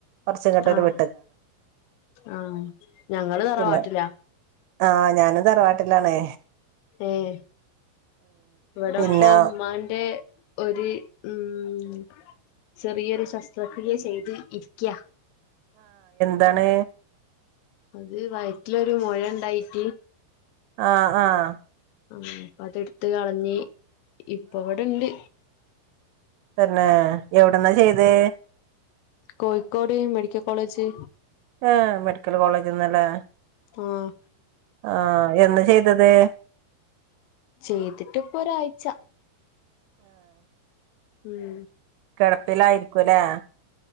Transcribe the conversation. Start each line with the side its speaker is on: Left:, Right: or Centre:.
Right: കൊർച്ച്ങ്ങട്ടൊര്
Left: ആഹ്
Right: വ്
Left: ആഹ് ഞങ്ങള് തറവാട്ടിലാ
Right: പിന്നെ ആഹ് ഞാനും തറവാ ട്ട്ലാണേ
Left: ഏഹ് ഇവ്ടപ്പൊ
Right: പിന്നെ
Left: മ്മാന്റെ ഒര് ഊം ചെറിയൊരു ശസ്ത്രക്രിയ ചെയ്ത് ഇരിക്ക്യാ
Right: ന്താണ്
Left: അത് വയറ്റിലൊരു മൊഴണ്ടായിട്ട്
Right: ആഹ് ആഹ്
Left: ആ അപ്പ അത് ഇട്ത്ത് കളഞ്ഞ് ഇപ്പൊ ഇവിടെണ്ട്
Right: തെന്നെ എവിട്ന്നാ ചെയ്തെ
Left: കോയ്ക്കോട് മെഡിക്കൽ കോളേജ്
Right: ആ മെഡിക്കൽ കോളേജ്ന്നല്ലേ
Left: ആഹ്
Right: ആ എന്നാ ചെയ്തത്
Left: ചെയ്തിട്ട്പ്പൊരാഴ്ച ഉം
Right: കെടപ്പിലായിരിക്കുംല്ലെ